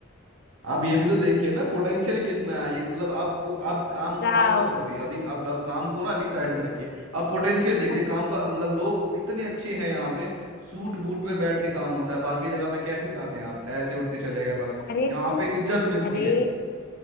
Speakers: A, on the right; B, on the left.
A: आप ये भी तो देखिए ना पोटेंशियल कितना है ये मतलब आप वो आप काम
B: क्या
A: काम को छोड़िए अभी आप, आप काम को ना अभी साइड में रखिए आप पोटेंशियल देखिए
B: अच्छा,
A: काम का मतलब लोग इतने अच्छे हैं यहाँ पे सूट बूट में बैठ के काम होता है बाकी जगह में कैसे जाते हैं आप ऐसे उठ के चले गए बस
B: अरे
A: यहाँ
B: तो
A: पे इज्जत मिलती
B: अरे
A: है